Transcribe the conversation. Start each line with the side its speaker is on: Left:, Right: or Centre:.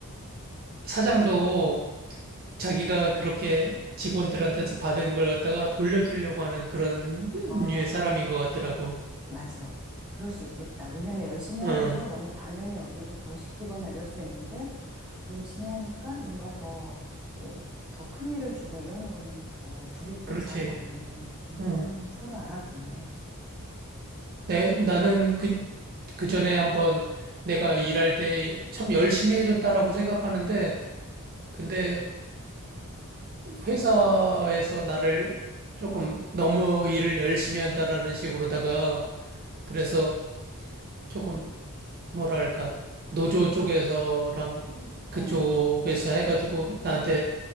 Right: 사장도 자기가 그렇게 직원들한테서 받은 걸 갖다가 돌려주려고 하는 그런
Centre: 아,
Right: 류의 사람인 것 같더라고.
Centre: 맞아. 그럴 수 있겠다. 왜냐면 열심히 하는데
Right: 응,
Centre: 너무 당연히 여기고 더 시키거나 이럴 수 있는데 열심히 하니까 뭔가 더, 뭐, 더 큰 일을 주고 이러는 거면, 어, 둘이
Right: 그렇지.
Centre: 또 잘 맞네. 음,
Right: 응.
Centre: 서로 알아보네.
Right: 내, 나는 그, 그 전에 한번 내가 일할 때 참 열심히 해줬다라고 생각하는데, 근데 회사에서 나를 조금 너무 일을 열심히 한다라는 식으로다가, 그래서 조금 뭐랄까, 노조 쪽에서랑 그쪽에서
Centre: 어,
Right: 해가지고 나한테